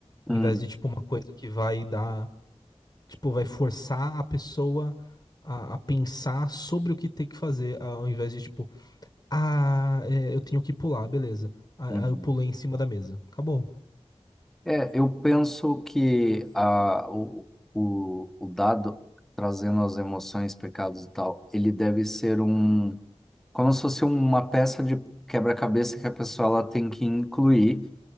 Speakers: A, in the centre; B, on the left.
A: Uhum.
B: em vez de tipo uma coisa que vai dar. Tipo, vai forçar a pessoa a, a pensar sobre o que tem que fazer, ao invés de, tipo, ah, é, eu tenho que pular, beleza. Aí
A: Uhum.
B: aí eu pulei em cima da mesa. Acabou.
A: É, eu penso que a, o, o, o dado trazendo as emoções, pecados e tal, ele deve ser um, como se fosse uma peça de quebra-cabeça que a pessoa ela tem que incluir.